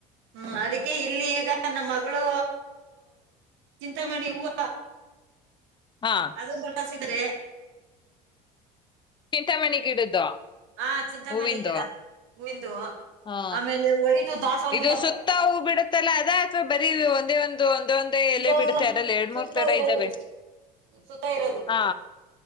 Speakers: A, on the right; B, on the left.
A: ಹ ಅದಕ್ಕೆ ಇಲ್ಲಿ ಈಗ ನಮ್ಮ ಮಗಳು ಚಿಂತಾಮಣಿ ಹೂವ
B: ಹಾ
A: ಅದು <unintelligible> ಅಂದ್ರೆ <unintelligible>
B: ಚಿಂತಾಮಣಿ ಗಿಡದ್ದು
A: ಹಾ ಚಿಂತಾಮಣಿ
B: ಹೂವಿಂದು
A: ಗಿಡ ಹುವಿಂದು <unintelligible>
B: ಹಾ
A: ಆಮೇಲೆ ವೈಟು ದಾಸೋವಾಳ
B: ಇದು
A: ಗಿಡ ಬರ್ತ
B: ಸುತ್ತ ಹೂ ಬಿಡುತ್ತಲ್ಲ ಅಥವಾ ಬರೀ ಒಂದೇ ಒಂದು <unintelligible> <unintelligible> ಒಂದ ಒಂದೆ ಎಲೆ
A: ಇಲ್ಲ
B: ಬಿಡುತ್ತೆ
A: ಮೇಡಮ್
B: ಅದಲ್ಲಿ ಎರ
A: ಸುತ್ತ
B: ಮೂರ್ ತಡೆ
A: ಇರೋದು
B: ಇದ್ದಾವೆ
A: ಸು- ಸುತ್ತ ಇರೋದು
B: ಹ